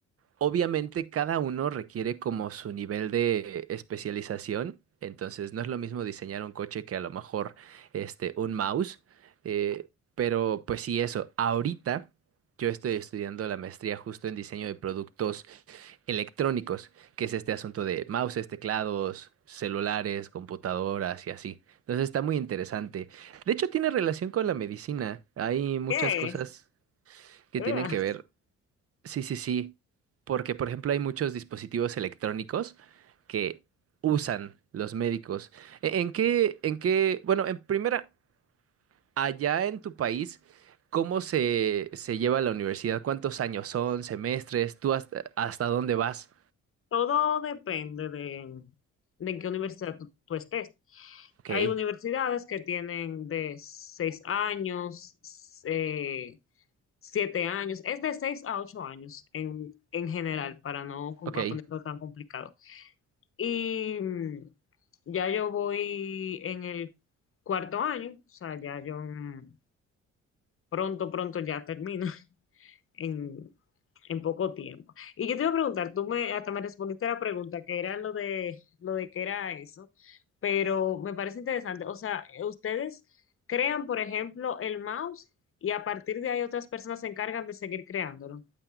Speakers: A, on the right (about 50°); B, on the left (about 45°).
A: Obviamente cada uno requiere como su nivel de especialización, entonces no es lo mismo diseñar un coche que a lo mejor este un mouse, eh, pero pues sí eso. Ahorita yo estoy estudiando la maestría justo en diseño de productos electrónicos, que es este asunto de mouses, teclados, celulares, computadoras y así. Entonces está muy interesante. De hecho tiene relación con la medicina. Hay muchas
B: ¿Qué?
A: cosas que
B: ¿Verdad?
A: tienen que ver Sí, sí, sí. Porque, por ejemplo, hay muchos dispositivos electrónicos que usan los médicos. ¿E- ¿En qué, en qué, bueno, en primera, allá en tu país, ¿cómo se, se lleva la universidad? ¿Cuántos años son, semestres? ¿Tú hasta, hasta dónde vas?
B: Todo depende de, de en qué universidad tú, tú estés.
A: Ok,
B: Hay universidades que tienen de seis años, eh, siete años, es de seis a ocho años en, en general, para no com-
A: ok.
B: para ponerlo tan complicado. Y mm, ya yo voy en el cuarto año, o sea, ya yo mm, pronto, pronto ya termino en, en poco tiempo. Y yo te iba a preguntar, tú me, hasta me respondiste a la pregunta, que era lo de, lo de que era eso, pero me parece interesante. O sea, ustedes crean, por ejemplo, el mouse y a partir de ahí otras personas se encargan de seguir creándolo.